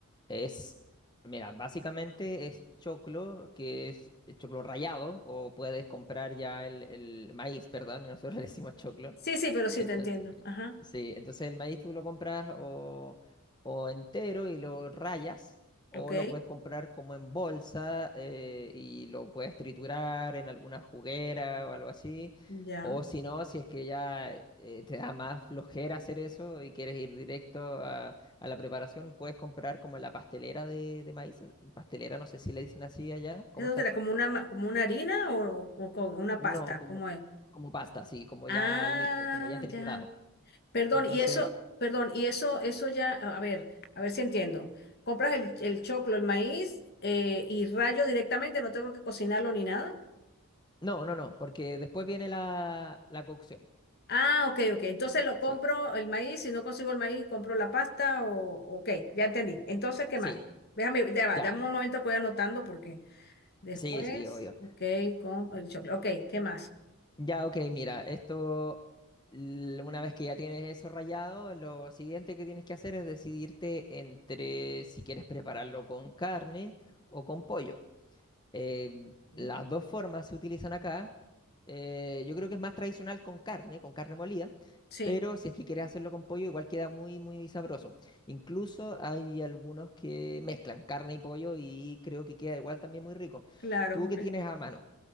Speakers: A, on the left; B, on the left.
A: es, mira, básicamente es choclo, que es choclo rallado, o puedes comprar ya el, el maíz, perdón, nosotros <laughs> le decimos choclo.
B: sí, sí, pero sí,
A: Entonces,
B: te entiendo. Ajá,
A: sí, entonces el maíz tú lo compras o, o entero y lo rayas, o
B: ok,
A: lo puedes comprar como en bolsa eh, y lo puedes triturar en alguna juguera o algo así.
B: ya.
A: O si no, si es que ya eh, te da más flojera hacer eso y quieres ir directo a, a la preparación, puedes comprar como la pastelera de, de maíz. el- Pastelera, no sé si le dicen así allá, como
B: ¿Eso
A: está.
B: que era como una, ma- como una harina o, o con una
A: No,
B: pasta?
A: como,
B: ¿Cómo es?
A: como pasta, sí, como
B: Ah,
A: ya listo, como ya triturado.
B: ya. Perdón,
A: Entonces.
B: y eso, perdón, y eso, eso ya, a ver, a ver si entiendo. Compras el, el choclo, el maíz eh, y rayo directamente, no tengo que cocinarlo ni nada.
A: No, no, no, porque después viene la, la cocción.
B: Ah, ok, ok. Entonces lo compro
A: Sí,
B: el maíz, si no consigo el maíz, compro la pasta o, ok, ya entendí. Entonces, ¿qué
A: sí,
B: más? Déjame, ya va,
A: ya.
B: dame un momento que voy anotando porque después,
A: Sí, sí, obvio.
B: ok, con el choclo. Ok, ¿qué más?
A: Ya, ok, mira, esto, l- una vez que ya tienes eso rayado, lo siguiente que tienes que hacer es decidirte entre si quieres prepararlo con carne o con pollo. Em,
B: Ujú.
A: las dos formas se utilizan acá. Eh, yo creo que es más tradicional con carne, con carne molida,
B: Sí,
A: pero si es que quieres hacerlo con pollo, igual queda muy, muy sabroso. Incluso hay algunos que mezclan carne y pollo y creo que queda igual también muy rico.
B: claro.
A: ¿Tú qué tienes a mano?